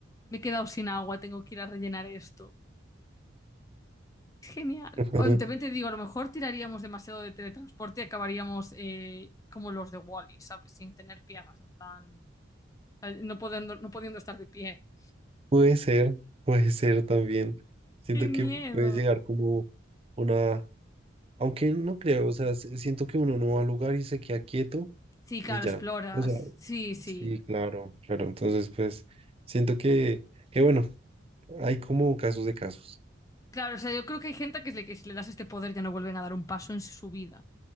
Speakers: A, on the left (about 15°); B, on the right (about 30°).
A: me he quedado sin agua, tengo que ir a rellenar esto. Genial.
B: <laughs>
A: O También te digo, a lo mejor tiraríamos demasiado de teletransporte y acabaríamos eh, como los de Wall-E, ¿sabes? Sin tener piernas, en plan, eh, no podiendo, no pudiendo estar de pie.
B: Puede ser, puede ser también. Siento
A: ¡Qué miedo!
B: que puede llegar como una, aunque no creo, o sea, si- siento que uno no va al lugar y se queda quieto
A: Sí, claro,
B: y ya.
A: exploras.
B: O sea,
A: Sí, sí.
B: Sí, claro, claro. Entonces, pues, siento que, que bueno, hay como casos de casos.
A: Claro, o sea, yo creo que hay gente que, es le- que si le das este poder ya no vuelven a dar un paso en su vida.